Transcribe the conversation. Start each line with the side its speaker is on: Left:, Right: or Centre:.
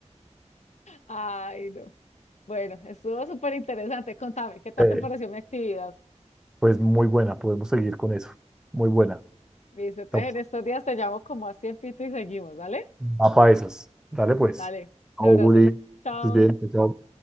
Left: Ay, no. Bueno, estuvo súper interesante. Contame, ¿qué tal
Centre: Eh,
Left: te pareció mi actividad?
Centre: pues muy buena. Podemos seguir con eso. Muy buena.
Left: Listo, entonces
Centre: Estamos.
Left: en estos días te llamo como a tiempito y seguimos, ¿dale?
Centre: Va para esas. Dale, pues.
Left: Dale,
Centre: Chao,
Left: un abrazo.
Centre: Juli.
Left: Chao.
Centre: Estás bien. chao.